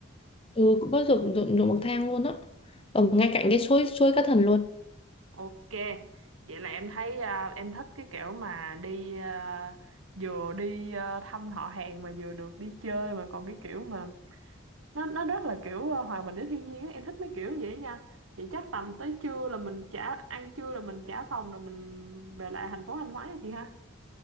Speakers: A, on the left (about 25°); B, on the right (about 85°).
A: ừ cũng có ruộng ruộng ruộng bậc thang luôn á ở ngay cạnh cái suối suối cá thần luôn
B: ok vậy là em thấy à, em thích cái kiểu mà đi à, vừa đi à, thăm họ hàng mà vừa được đi chơi mà còn cái kiểu mà nó nó rất là kiểu ờ, hòa mình với thiên nhiên á em thích mấy kiểu vậy á nha vậy chắc tầm tới trưa là mình trả ăn trưa rồi mình trả phòng rồi mình về lại thành phố Thanh Hóa nha chị ha